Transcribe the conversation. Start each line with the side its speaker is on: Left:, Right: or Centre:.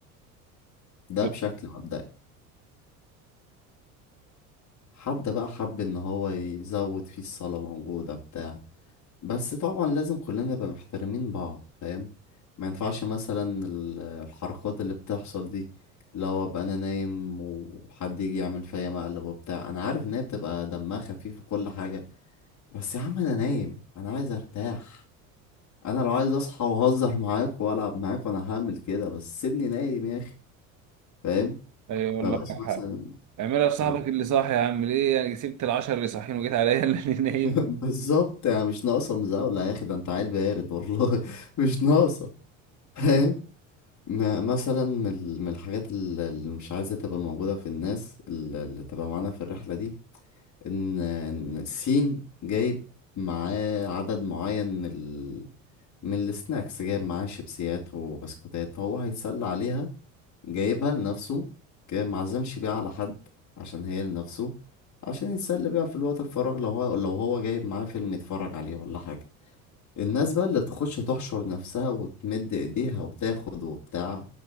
Left: ده
Right: حلو
Left: بشكل مبدئي حد بقى حب إن هو يزود فيه الصالة موجودة بتاع بس طبعا لازم كلنا نبقى محترمين بعض فاهم ما ينفعش مثلا ال- الحركات اللي بتحصل دي لو ابقى انا نايم وحد يجي يعمل فيا مقلب وبتاع انا عارف ان هي بتبقى دمها خفيف وكل حاجة بس يا عم انا نايم انا عايز ارتاح انا لو عايز اصحى واهزر معاك والعب معاك وانا هعمل كده بس سيبني نايم يا اخي فاهم
Right: أيوة والله
Left: ما بقاش
Right: معاك
Left: مثلا
Right: حق اعملها لصاحبك
Left: آه.
Right: اللي صاحي يا عم ليه يعني سبت العشرة اللي صاحيين وجيت عليا <laughs> اللي نايم
Left: <laughs> بالظبط يعني مش ناقصه مزاوله يا اخي ده انت عيل بارد والله <laughs> مش ناقصه فاهم ما مثلا من ال- من الحاجات ال- اللي مش عايزه تبقى موجوده في الناس ال- اللي تبقى معانا في الرحله دي ان ان الصين جايب معاه عدد معين من ال... من السناكس جايب معاه شيبسيات وبسكوتات هو هيتسلى عليها جايبها لنفسه جايب معزمش بيها على حد عشان هي لنفسه عشان يتسلى بيها في الوقت الفراغ لو هو لو هو جايب معاه فيلم يتفرج عليه ولا حاجة الناس بقى اللي بتخش تحشر نفسها وتمد ايديها وتاخد وبتاع